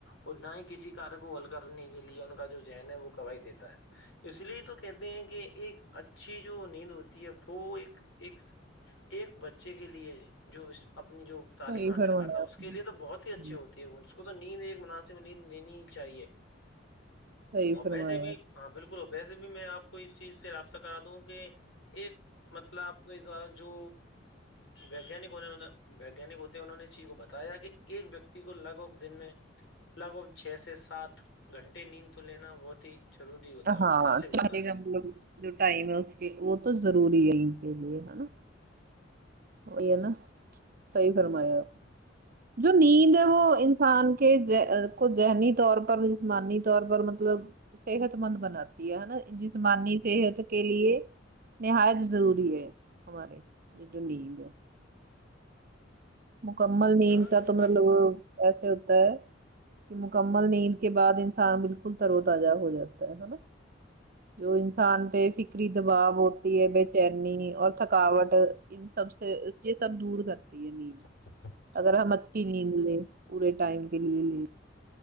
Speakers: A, on the left; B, on the right.
A: اور نہ ہی کسی کاریہ کو حل کرنے کے لیے ان کا جو ذہن ہے وہ گوائی دیتا ہے اس لیے تو کہتے ہیں کہ ایک اچھی جو نیند ہوتی ہے وہ ایک ایک ایک بچے کے لیے جو اپنی جو تعلیم
B: صحیح
A: حاصل
B: فرمایا
A: کرتا ہے
B: آپ
A: اس کے
B: نے۔
A: لیے تو بہت ہی اچھے
B: ہوں،
A: ہوتی ہے اس کو تو نیند ایک مناسب میں نیند لینی چاہیے
B: صحیح
A: اور
B: فرمایا
A: ویسے بھی ہاں بالکل ویسے بھی میں آپ کو اس چیز سے رابطہ کرا دوں کہ ایک مطلب آپ کو اس دوارا جو ویانکنے ویانک ہوتے ہیں انہوں نے چی کو بتایا کہ ایک ویکتی کو لگ آف دن میں لگ بھگ چھ سے سات گھنٹے نیند تو لینا بہت ضروری ہوتا ہے اور
B: ہاں
A: مناسب
B: چاہے
A: ہوتا ہے
B: کہ ہم لوگ جو ٹائم رکھ کے وہ تو رور ہے د لی ہےا وہی ہے نا صحیح فرمایا آپ نے جو نیند ہے
A: ہاں
B: وہ انسان کے کو ذہنی طور پر جسمانی طور پر مطلب صحت مند بناتی ہے نا جسمانی صحت کے لیے نہایت ضروری ہے ہمارے نین ہے مکمل نیند
A: ہاں
B: کا
A: یہ
B: تو مطلب ایسے ہوتا ہے کہ مکمل نیند کے بعد انسان بالکل ترو تجہ ہو جاتا ہے نا جو ان انسان پہ فکری دباؤ ہوتی ہے بے چینی اور تھکاوٹ ان سب سے یہ سب دور کرتی ہے نید
A: <unintelligible>
B: اگر ہم اچھی نیند لیں پورے ٹائم کے لیے لے